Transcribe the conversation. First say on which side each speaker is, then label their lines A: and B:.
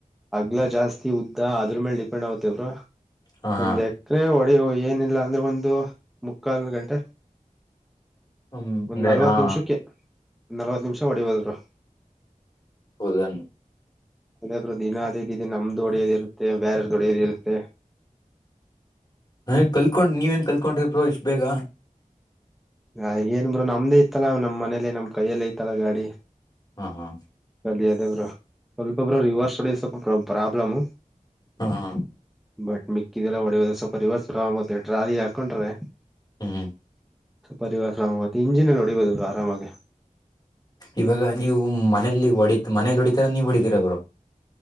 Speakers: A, in the centre; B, on the left.
A: ಅಗ್ಲಾ ಜಾಸ್ತಿ ಉದ್ದ ಅದ್ರ ಮೇಲ್ ಡಿಪೆಂಡ್ ಆತವರು
B: ಹಾ ಹಾ
A: ಒಂದ್ ಎಕರೆ ಹೊಡಿಯ ಏನಿಲ್ಲ ಅಂದ್ರೆ ಒಂದು ಮುಕ್ಕಾಲ್ ಗಂಟೆ
B: ಹ್ಮ್
A: ಒಂದ್
B: ಅಂದ್ರೆ
A: ನಲ್ವತ್
B: ಹಾ
A: ನಿಮಿಷಕ್ಕೆ ಒಂದ್ ನಲ್ವತ್ತು ನಿಮಿಷ ಹೊಡಿಬೋದ
B: ಹೌದಣ
A: ಅದೇಬ್ರು ದಿನ ಅದೇ ಇದ ನಮ್ದು ಡಿಯಲ್ಲಿ ಇರುತ್ತೆ ಬೇರೆ ತೊಡರಿರುತ್ತೆ
B: ಹ ಕಲ್ಕೊಂಡ್ ನೀವೇನ್ ಕಲ್ಕೊಂಡ್ರಿ ಪ್ರೋಷ್ ಬೇಗ
A: ಹ ಏನ್ ಬ್ರರು ನಮ್ದೇ ಇತ್ತಲ್ಲ ನಮ್ ಮನೇಲಿ ನಮ್ ಕೈಯಲ್ಲೇ ಐತ್ತಲ್ಲ ಗಾಡಿ
B: ಹಾ ಹಾ
A: ಅಲ್ಲಿ ಅದೇ ಬ್ರ ಸ್ವಲ್ಪೊಬ್ರು ರಿವರ್ಸ್ಡ ಸ್ವಲ್ಪ ಪ್ರ ಪ್ರಾಬ್ಲಮ್
B: ಹಾ
A: ಬಟ್ ಮಿಕ್ಕಿದ್ದಲ್ಲ ಹೊಡೆಯ ಸ್ವ ಪರಿವಾರರತ್ತೆ ಟ್ರಾಲಿ ಹಾಕೊಂಡ್ರೆ
B: ಹ್ಮ
A: ಸಪರಿವ ಸಾಮ ಮ ಇಂಜಿನಲ್ಲಿ ಹೊಡಿಬದರು ಆರಾಮಾಗೆ
B: ಇವಾಗ ನೀವು ಮನೇಲಿ ಹೊಡಿತ ಮನೇಲಿ ಹೊಡಿತರ ನೀವು ಹೊಡಿತೀರ ಅವರು